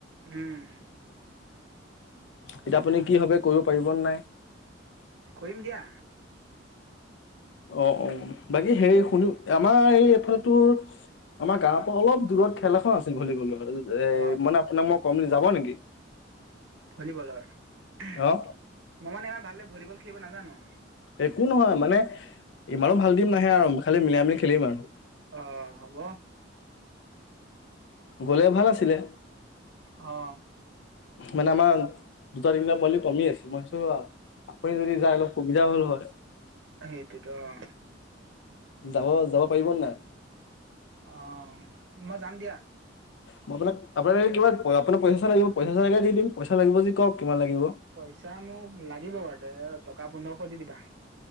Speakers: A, on the right; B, on the left.
A: উম
B: এতিয়া আপুনি কি ভাবে, কৰিব পাৰিব নাই?
A: কৰিম দিয়া
B: অ-অ, বাকী সেই শুনি আমাৰ এই এইফালেতো, আমাৰ গাঁৱৰ পৰা অলপ দূৰত খেল এখন আছিল ভলীবলৰ। এ,
A: অ
B: মানে আপোনাক মই কম যাব নেকি?
A: ভলীবলৰ, মই
B: অ
A: মানে ইমান ভালকে ভলীবল খেলিব নাজানো।
B: একো নহয় মানে, ইমানো ভাল টিম নাহে আৰু খালি মিলাই-মেলি খেলিম আৰু
A: অহ হ'ব।
B: গ'লে ভাল আছিলে।
A: অ।
B: মানে আমাৰ দুটা তিনিটা পোৱালি কমি আছে মই ভাবিছো আপুনি যদি যায় অলপ সুবিধা হল হয়।
A: সেইটোৱেতো অ।
B: যাব যাব পাৰিব নাই।
A: অ মই যাম দিয়া।
B: মই আপোনাক আপোনাক কিবা আপোনাৰ পইচা চা লাগিব পইচা চা লাগে দিম পইচা লাগিব যদি কওক। কিমান লাগিব
A: পইচা মোক লাগিব বাৰু দে টকা পোন্ধৰশ দি দিবা।